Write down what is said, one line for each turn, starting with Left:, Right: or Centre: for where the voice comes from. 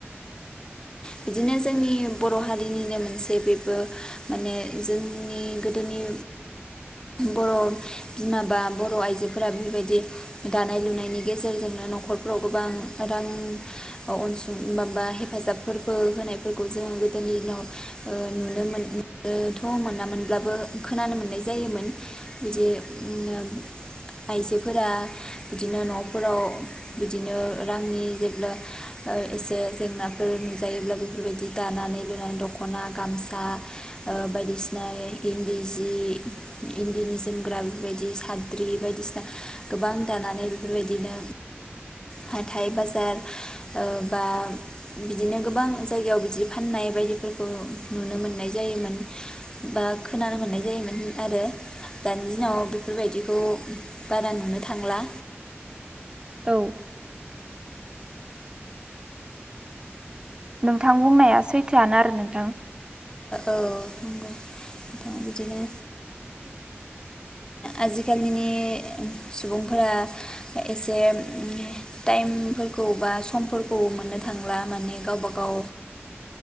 Left: बिदिनो जोंनि बर' हारिनिनो मोनसे बेबो माने जोंनि गोदोनि बर' बिमा बा बर' आइजोफोरा बेफोरबायदि दानाय लुनायनि गेजेरजोंनो न'खरफ्राव गोबां रां अ-अनसुं माबा हेफाजाबफोरबो होनायफोरखौ जोंङ गोदोनि दिनाव ओ नुनो मोननोथ' मोनामोनब्लाबो खोनानो मोननाय जायोमोन। बिदि उम ओ आइजोफोरा बिदिनो न' फोराव बिदिनो रांनि जेब्ला ओ एसे जेंनाफोर नुजायोब्ला बेफोरबायदि दानानै लुनानै दख'ना गामसा ओ बायदिसिना इन्दि जि इन्दिनि जोमग्रा बेफोरबायदि साद्रि बायदिसिना गोबां दानानै बेफोरबायदिनो नो हाथाइ बाजार ओ बा बिदिनो गोबां जायगायाव बिदि फाननाय बायदिफोरखौ नुनो मोननाय जायोमोन। बा खोनानो मोननाय जायोमोन आरो। दानि दिनाव बेफोरबायदिखौ बारा नुनो थांला
Right: औ नोंथां बुंनाया सैथोआनो आरो नोंथां।
Left: ओ औ नंगौ बिदिनो आजिखालिनि सुबुंफोरा एसे उम टाइमफोरखौ बा समफोरखौ मोननो थांला माने गावबा गाव,